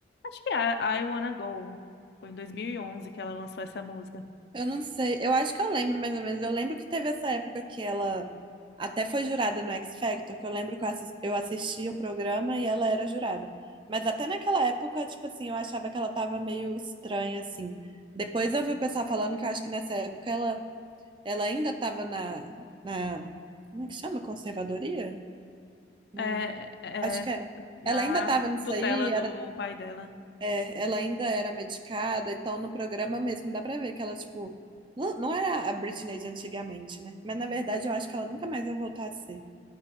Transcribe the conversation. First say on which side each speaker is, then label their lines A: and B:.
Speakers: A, on the left; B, on the right.
A: Acho que é I Wanna Go. Foi em 2011 que ela lançou essa música.
B: Eu não sei, eu acho que eu lembro mais ou menos. Eu lembro que teve essa época que ela até foi jurada no X Factor, que eu lembro que eu assis- eu assisti o programa e ela era jurada. Mas até naquela época, tipo assim, eu achava que ela tava meio estranha, assim. Depois eu vi o pessoal falando que eu acho que nessa época ela, ela ainda tava na, na. Como é que chama? Conservadoria? Na,
A: É, é
B: acho que era.
A: na
B: Ela ainda tava nisso
A: tutela
B: aí,
A: do pai dela.
B: é, ela ainda era medicada, então no programa mesmo dá pra ver que ela, tipo, não, não era a Britney de antigamente, né? Mas na verdade eu acho que ela nunca mais vai voltar a ser.